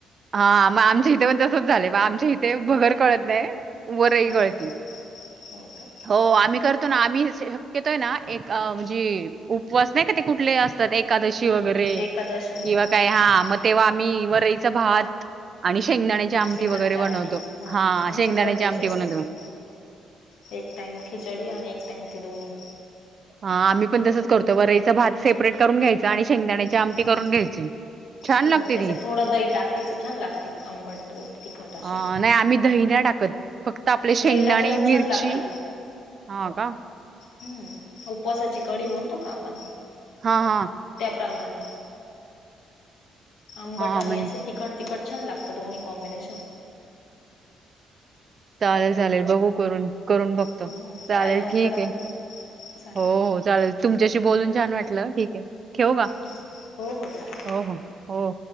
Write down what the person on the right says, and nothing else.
हा मग आमच्या इथे पण तसच झालं म आमच्या इथे भगर कळत नाही. वरई
काळती,
हो आम्ही करतो ना आम्ही तिथं ना एक म्हणजे उपवास नाही का ते कुठले असतात एकादशी. वगैरे
किंवा
काय हा मग तेव्हा आम्ही वरईचा भात आणि शेंगदाण्याची आमटी
वगैरे बनवतो
हा
शेंगदाण्याची
आमटी
बनवतो मी.
हा, आम्ही पण तसच करतो वरईच भात सेपरेट करून घ्यायच, आणि शेंगदाण्याची आमटी
करून घ्यायची. छान
लागते
ती
अ नाही आम्ही दही नाही फक्त आपले शेंगदाणे
मिरची
हा का?
हा हा
हा
म्हण
चालेल चालेल बघू करून करून बघ,
चालेल
ठीक
आहे
हो हो चालेल. तुमच्याशी बोलून छान वाटलं ठीक आहे ठेऊ का!
हो हो हो.